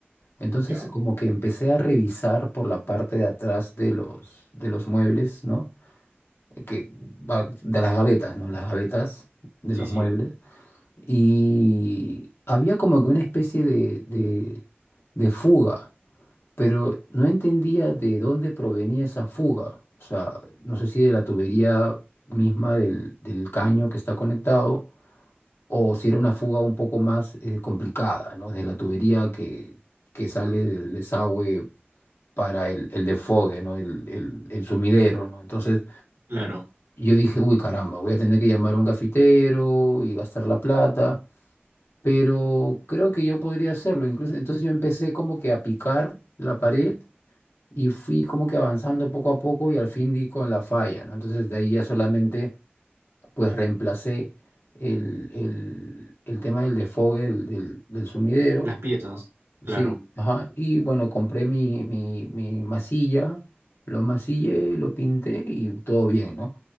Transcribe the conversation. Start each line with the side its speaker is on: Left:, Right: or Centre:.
Left: Entonces
Right: ¿Ya?
Left: como que empecé a revisar por la parte de atrás de los, de los muebles, ¿no? Que, va- de las gavetas, ¿no? Las gavetas de
Right: Sí,
Left: los
Right: sí.
Left: muebles. Y había como que una especie de, de de fuga pero no entendía de dónde provenía esa fuga. O sea, no sé si de la tubería misma del, del caño que está conectado o si era una fuga un poco más eh, complicada, ¿no? De la tubería que, que sale del desagüe para el, el desfogue, ¿no? El, el, el sumidero, ¿no? Entonces
Right: Claro,
Left: yo dije, uy, caramba, voy a tener que llamar a un cafetero y gastar la plata. Pero creo que yo podría hacerlo. Incluso, entonces yo empecé como que a picar la pared y fui como que avanzando poco a poco y al fin di con la falla, ¿no? Entonces de ahí ya solamente pues reemplacé el, el- el tema del desfogue del, del- del sumidero
Right: las piezas, claro.
Left: Sí, ajá. Y bueno, compré mi, mi, mi masilla, lo masillé, lo pinté y todo bien, ¿no?